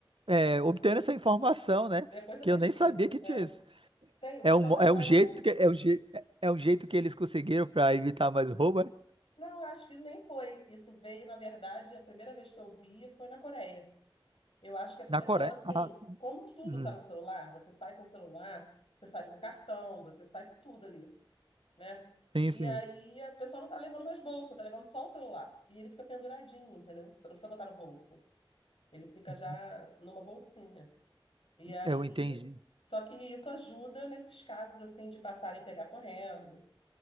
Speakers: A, on the right (about 75°); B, on the left (about 85°).
A: é, obtendo essa informação, né?
B: depois da
A: Que
B: pesquisa.
A: eu nem sabia que tinha
B: é.
A: isso.
B: Tem, o
A: É
B: pessoal
A: um, mo-
B: está
A: é
B: saindo.
A: um jeito que, é um, je- é um jeito que eles conseguiram para evitar mais roubo, é?
B: Não, acho que nem foi. Isso veio, na verdade, a primeira vez que eu vi foi na Coreia. Eu acho que é pro
A: Na
B: pessoal
A: Coreia?
B: assim,
A: Ah,
B: como tudo
A: hum,
B: tá no celular, você sai com o celular, você sai com o cartão, você sai com tudo ali, né?
A: sim,
B: E
A: sim.
B: aí a pessoa não tá levando mais bolsa, tá levando só o celular. E ele fica penduradinho, entendeu? Você não precisa botar no bolso. Ele fica
A: Uhum.
B: já numa bolsinha. E aí,
A: Eu entendi.
B: só que isso ajuda nesses casos assim de passarem a pegar correndo